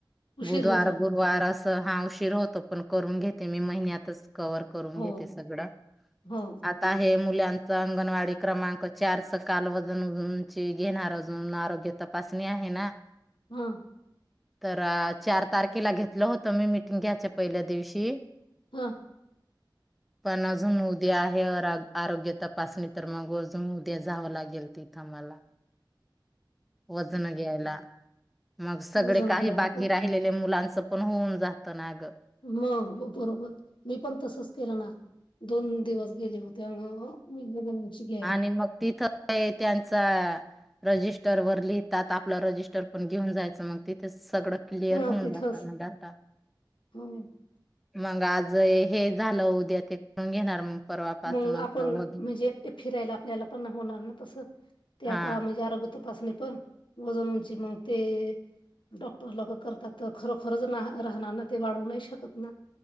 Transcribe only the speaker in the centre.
बुधवार
गुरुवार असं हा उशीर होतो पण करून घेते मी महिन्यातच कव्हर करून
घेते सगळं
आ आहे मुलांच अंगणवाडी क्रमांक चारच काल वजन उंची घेणार अजून आरोग्य तपासणी आहे ना
तर चार तारखेला घेतलं होतं मी मीटिंग घ्यायच्या पहिल्या दिवशी
पण अजून उद्या आहे आरोग्य तपासणी तर मग अजून उद्या जावं लागेल ती थ मला वजन घ्यायला मग सगळे
काही
बाकी
रा हिलेल्या मुलांच पण होऊन जातं ना गं
आणि मग तिथं त्यांचा, रजिस्टर वर लिहितात, आपलं रजिस्टर पण घेऊन जायचं मग तिथेच सगळं क्लिअर
होऊन
जात ना डाटा.
मग आज हे झालं उद्या ते करून घेणार मग. परवापासून
असं
वध
हा